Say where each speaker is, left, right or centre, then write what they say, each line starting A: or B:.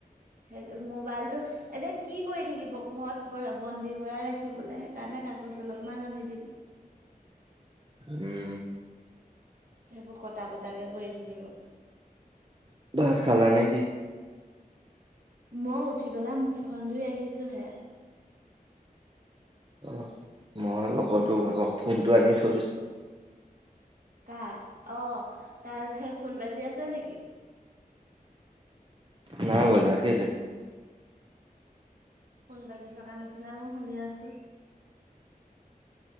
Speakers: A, on the right; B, on the right.
A: সেই মোবাইলতটো এতিয়া কি কৰি থাকিব ঘৰত বন্দী কৰাই ৰাখিবলৈ সেইকাৰণে কাগজ। পছ অলপমান আনি দিম
B: উম
A: সেইবোৰ কটা কুটাকে কৰি থাকিব
B: ভাত খালা নে কি?
A: মই উঠি পেলাই মুখখন ধুই আহিছো হে
B: অ মই লগতো ভাগৰ ফোনটো আনি থৈ দিছোঁ।
A: কাৰ অ তাৰ সেই ফোন বাজি আছে নেকি?
B: নাই বজা কেলে।
A: ফোন বাজি থকা নিচিনা মই শুনি আছো।